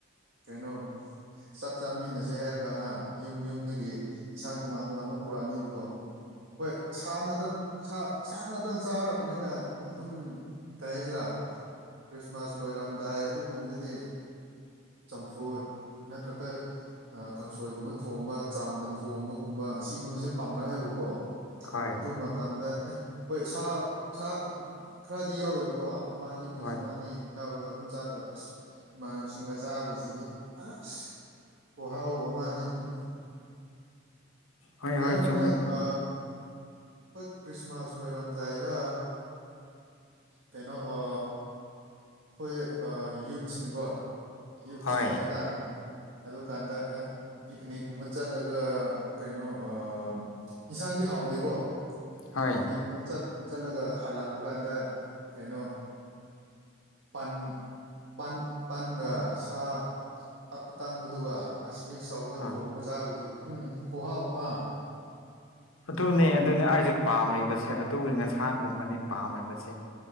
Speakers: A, on the right; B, on the left.
A: ꯀꯩꯅꯣ ꯆꯥꯛ ꯆꯥꯃꯤꯟꯅꯁꯦ ꯍꯥꯏꯔꯒ ꯍꯥ ꯌꯨꯝ ꯌꯨꯝꯗꯒꯤ ꯏꯟꯁꯥꯡ ꯇꯣꯉꯥꯟ ꯇꯣꯉꯥꯟꯕ ꯄꯨꯔꯛꯑꯅꯤꯕꯀꯣ ꯍꯣꯏ ꯁꯥ ꯉꯥꯗ ꯁꯥ ꯁꯥ ꯉꯥꯛꯇꯪ ꯆꯥꯔꯛꯄꯅꯤꯅ ꯑꯗꯨꯝ ꯀꯩ ꯍꯥꯏꯁꯤꯔꯥ ꯈ꯭ꯔꯤꯁꯃꯥꯁ ꯂꯣꯏꯔꯝꯗꯥꯏ ꯑꯗꯨꯒꯨꯝꯕꯗꯗꯤ ꯆꯝꯐꯨꯠ ꯅꯠꯇ꯭ꯔꯒ ꯑ ꯀꯥꯡꯁꯣꯏꯒꯨꯝꯕ ꯊꯣꯡꯕ ꯆꯥꯝꯅ ꯊꯣꯡꯕꯒꯨꯝꯕ ꯑꯁꯤꯒꯨꯝꯕꯁꯦ ꯄꯥꯝꯂꯛꯑꯦꯕꯀꯣ
B: ꯍꯣꯏ
A: ꯑꯗꯨ ꯃꯠ ꯇꯝꯗ ꯑꯦ ꯍꯣꯏ ꯁꯥ ꯁꯥ ꯑꯥ ꯑ ꯈꯔꯗꯤ ꯌꯥꯎꯋꯦꯕꯀꯣ ꯑꯃꯅꯤ ꯄꯤꯁ
B: ꯍꯣꯏ
A: ꯑꯃ ꯅꯤ ꯌꯥꯎꯔꯒ ꯑꯗꯨꯝ ꯆꯥꯔꯒ ꯑꯁ ꯏꯃꯥꯟꯅꯕꯁꯤꯡꯒ ꯆꯥꯕꯖꯤꯗꯤ ꯑꯥꯁ ꯈꯨꯍꯥꯎ ꯑꯃꯗꯤ ꯎꯝ
B: ꯍꯣꯏ
A: ꯀꯩꯅꯣ
B: ꯍꯣꯏ ꯆꯨꯝꯃꯦ
A: ꯅꯣꯏ
B: ꯆꯨꯝꯃꯦ
A: ꯑ ꯈꯣꯏ ꯈ꯭ꯔꯤꯁꯃꯥꯁ ꯂꯣꯏꯔꯝꯗꯥꯏꯗ ꯀꯩꯅꯣ ꯑ ꯈꯣꯏ ꯑꯥ ꯌꯨꯠꯁꯤꯡꯒꯣ ꯌꯨꯠꯁꯤꯡ
B: ꯍꯣꯏ
A: ꯍꯥꯏꯕ ꯇꯥꯔꯦ ꯑꯗꯨꯀꯥꯟꯗ ꯑꯦ ꯄꯤꯛꯅꯤꯛꯀꯨꯝꯕ ꯆꯠꯂꯒ ꯀꯩꯅꯣ ꯑꯥ ꯏꯟꯁꯥꯡꯗꯤ ꯍꯥꯎꯗꯦꯀꯣ
B: ꯍꯣꯏ
A: ꯄꯤꯛꯅꯤꯛꯀꯨꯝꯕ ꯆꯠ ꯆꯠꯂꯒ ꯍꯜꯂꯛꯄ ꯀꯥꯟꯗ ꯀꯩꯅꯣ ꯄꯟ ꯄꯟ ꯄꯟꯒ ꯁꯥ ꯑ ꯑꯀꯪꯕꯗꯨꯒ ꯑꯁ ꯃꯤꯛꯁ ꯇꯧꯔꯒ
B: ꯑꯥ
A: ꯊꯣꯡꯉꯒ ꯆꯥꯕꯁꯤ ꯎꯝ ꯈꯨꯍꯥꯎ ꯑꯃ
B: ꯑꯗꯨꯅꯦ ꯑꯗꯨꯅꯦ ꯑꯩꯁꯨ ꯄꯥꯝꯃꯤꯕꯁꯦ ꯑꯗꯨꯒꯤ ꯉꯟꯁꯥꯡꯒꯨꯝꯕꯅꯦ
A: ꯎꯝ
B: ꯄꯥꯝꯃꯤꯕꯁꯦ